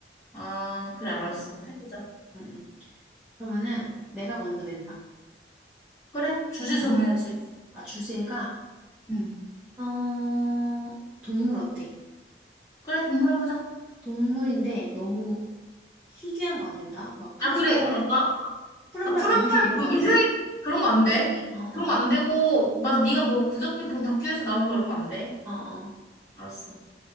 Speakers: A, on the left; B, in the centre.
A: 아, 그래, 알았어.
B: 어.
A: 해보자.
B: 응, 응. 그러면은 내가 먼저 낸다.
A: 그래, 주제 정해야지.
B: 응. 아, 주제가
A: 응.
B: 어, 동물 어때?
A: 그래, 동물 해보자.
B: 동물인데 너무 희귀한 거 안 된다. 막 푸른발
A: 아, 그래. 아, 나,
B: 푸른발
A: 아, 푸른발
B: 부비새 이런
A: 고기는
B: 거 안 돼.
A: 그런 거 안
B: 어,
A: 돼.
B: 어,
A: 그런 거 안 되고, 막 네가 뭐 그저께 본 다큐에서 나온 거 이런 거 안 돼.
B: 어, 어,
A: 알았어.